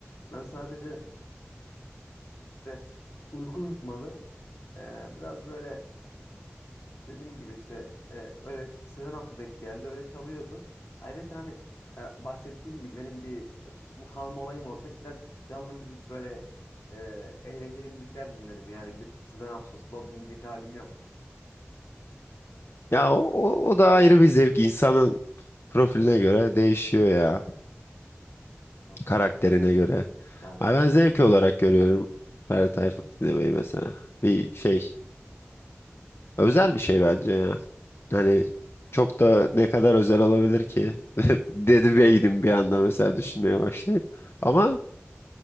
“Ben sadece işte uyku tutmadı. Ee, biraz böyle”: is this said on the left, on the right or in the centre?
Left